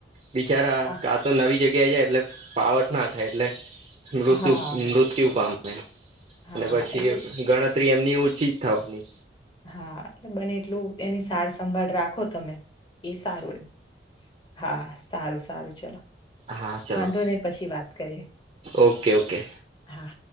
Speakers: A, on the right (about 35°); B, on the left (about 25°).
A: બિચારા
B: હા
A: આ તો નવી જગ્યા જાય એટલે પાવટ ના એટલે મૃત્યુ
B: હા
A: મૃત્યુ પામે
B: હા
A: અને પછી
B: એટલે
A: ગણતરી એમની ઓછી જ થવાની.
B: હા બને એટલું એની સાર સંંભાળ રાખો તમે. એ સારું હા સારું સારું ચલો.
A: હા ચલો
B: વાંધો ને પછી વાત કરીએ.
A: Okay okay.
B: હા